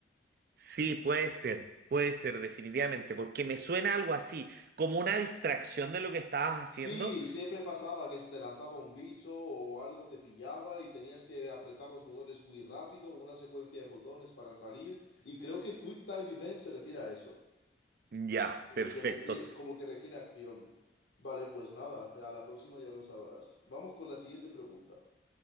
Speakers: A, on the right; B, on the left.
A: Sí, puede ser, puede ser, definitivamente, porque me suena algo así, como una distracción de lo que estabas
B: Sí,
A: haciendo.
B: siempre pasaba que se te lanzaba un bicho o algo te pillaba y tenías que apretar los botones muy rápido, una secuencia de botones para salir. Y creo que Quick Time Event se refiere a eso,
A: Ya,
B: como
A: perfecto.
B: que requiere, como que requiere acción. Vale, pues nada, a la próxima ya lo sabrás. Vamos con la siguiente pregunta.